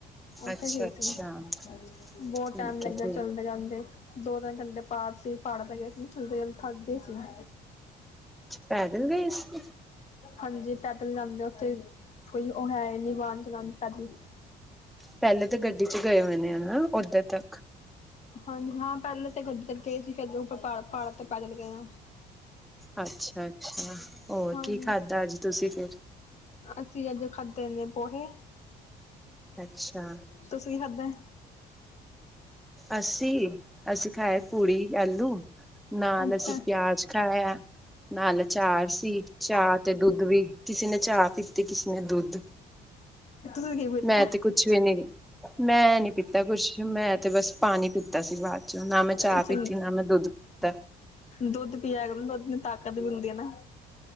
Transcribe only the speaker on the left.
ਉੱਥੇ
ਗਏ
ਸੀ ਬਹੁਤ
ਟਾਈਮ ਲੱਗਦਾ
ਚਲਦੇ ਚਲਦੇ ਦੋ-ਤਿੰਨ ਘੰਟੇ ਪਾੜ ਸੀ ਪਾੜ ਤੇ ਗਏ ਸੀ ਥੱਲ ਥੱਕ ਗਈ ਸੀ ਨਾ।
ਹਾਂਜੀ ਪੈਦਲ ਜਾਂਦੇ ਉੱਥੇ ਕੋਈ ਓਹ ਹੈ ਹੀ ਨੀ ਵਾਹਨ ਚਲਾਣ ਨੂੰ ਪੈਦਲ
ਹਾਂਜੀ ਹਾਂ ਪਹਿਲੇ ਤੇ ਗੱਡੀ ਚ ਗਏ ਸੀ ਫੇਰ ਪਾੜ ਪਹਾੜਾਂ ਤੋਂ ਪੈਦਲ ਗਏ ਆ।
ਹਾਂਜੀ,
ਅਸੀਂ ਅੱਜ ਖਾਦੇੇ ਨੇ ਪੋਹੇ।
ਤੁਸੀ ਕੀ ਖਾਦਾ?
ਅੱਛਾ
ਤੁਸੀਂ ਕੀ ਪੀਤਾ?
ਅੱਛਾ
ਦੁੱਧ ਪੀਆ ਕਰੋ ਦੁੱਧ ਤਾਕਤ ਮਿਲਦੀ ਆ ਨਾ।